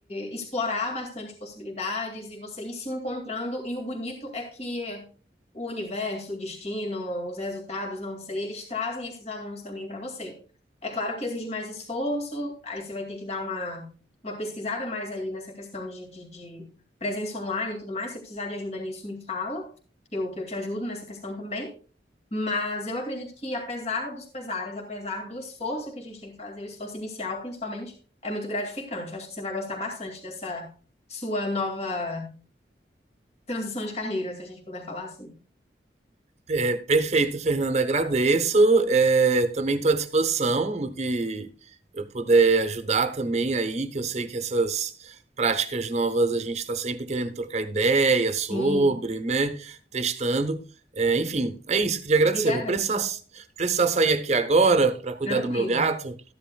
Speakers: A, on the left (about 40°); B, on the right (about 40°).
A: explorar bastante possibilidades e você ir se encontrando. E o bonito é que o universo, o destino, os resultados, não sei, eles trazem esses alunos também para você. É claro que exige mais esforço, aí você vai ter que dar uma, uma pesquisada mais aí nessa questão de, de, de presença online e tudo mais. Se você precisar de ajuda nisso, me fala, que eu, que eu te ajudo nessa questão também. Mas eu acredito que, apesar dos pesares, apesar do esforço que a gente tem que fazer, o esforço inicial, principalmente, é muito gratificante. Eu acho que você vai gostar bastante dessa sua nova transição de carreira, se a gente puder falar assim.
B: É, perfeito, Fernanda. Agradeço. É, também estou à disposição no que eu puder ajudar também aí, que eu sei que essas práticas novas a gente está sempre querendo trocar ideia sobre,
A: Sim,
B: né? Testando. É, enfim, é isso. Queria agradecer.
A: obrigada.
B: Vou precisar, precisar sair aqui agora para cuidar
A: Tranquilo,
B: do meu gato,